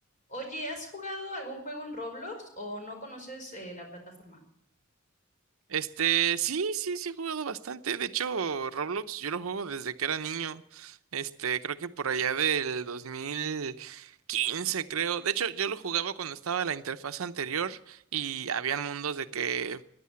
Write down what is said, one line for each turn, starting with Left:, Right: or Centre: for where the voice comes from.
Left: Oye, ¿has jugado algún juego en Roblox o no conoces eh, la plataforma?
Right: Este, sí, sí, sí he jugado bastante. De hecho, Roblox yo lo juego desde que era niño. Este, creo que por allá del 2015, creo. De hecho, yo lo jugaba cuando estaba la interfaz anterior y habían mundos de que,